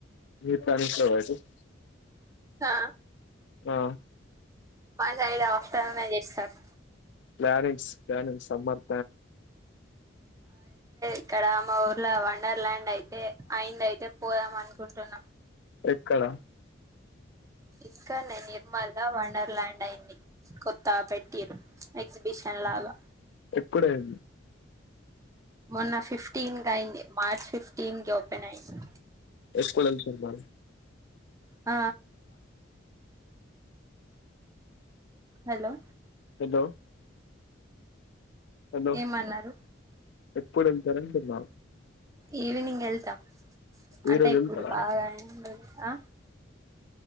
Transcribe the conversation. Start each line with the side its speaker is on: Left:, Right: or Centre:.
Left: మీ <inaudible>
Right: హా
Left: ఆ
Right: మా సైడ్ ఆఫ్టర్నూన్ చేస్తారు.
Left: ప్లానింగ్స్ ప్లానింగ్స్ సమ్మర్
Right: ఇకడ మా ఊరు లా వండర్ ల్యాండ్ అయితే అయిందయితే పోదాం అనుకుంటు <inaudible>
Left: ఎక్కడ
Right: ఇక్కనే నిర్మలా వండర్ ల్యాండ్ అయింది కొత్తా పెట్టిరు ఎగ్జిబిషన్ లాగా
Left: ఎప్పుడన్
Right: మొన్న ఫిఫ్టీన్ తయింది మార్చ్ ఫిఫ్టీన్ కి ఓపెన్ అయింది.
Left: ఏ స్కూల్ల్ ఎళ్తున్నారు?
Right: ఆ హలో
Left: హలో హలో
Right: ఏమన్నారు?
Left: ఎప్పుడు వెళ్తారంటున్నా
Right: ఈవినింగ్ వెళ్తాం
Left: ఈ
Right: అంటే
Left: రోజు
Right: ఇప్పుడు
Left: వెళ్తారా
Right: బాగా ఎండ ఆ